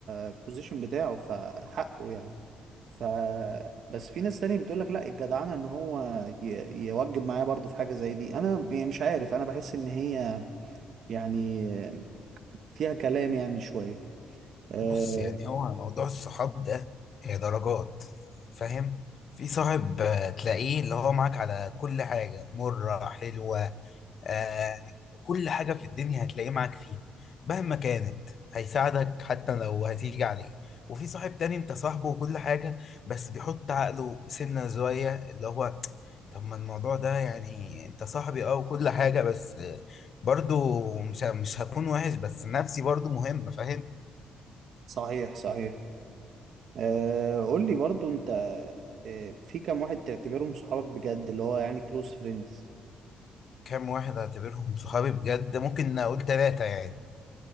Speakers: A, on the right; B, on the left.
A: البوزيشن بتاعه فحقه يعني ف بس في ناس تانية بتقول لك لا الجدعنه ان هو ي- يوجب معايا برضو في حاجه زي دي انا ب- يعني مش عارف انا بحس ان هي يعني آه، فيها كلام يعني شويه آه،
B: بص يعني هو موضوع الصحاب ده هي درجات فاهم في صاحب آه، تلاقيه اللي هو معاك على كل حاجة مرة حلوة آه كل حاجة في الدنيا هتلاقيه معاك فيها مهما كانت هيساعدك حتى لو هتيجي عليه وفي صاحب تاني انت صاحبه وكل حاجة بس بيحط عقله سنة زوايا اللي هو طب ما الموضوع ده يعني انت صاحبي اه وكل حاجة بس آه، برضو مش مش هكون وحش بس نفسي برضو مهمة فاهم
A: صحيح صحيح آه، قول لي برضو انت آه، في كام واحد تعتبرهم صحابك بجد اللي هو يعني كلوز فريندز
B: كام واحد اعتبرهم <laughs> صحابي بجد ممكن اقول ثلاثة يعني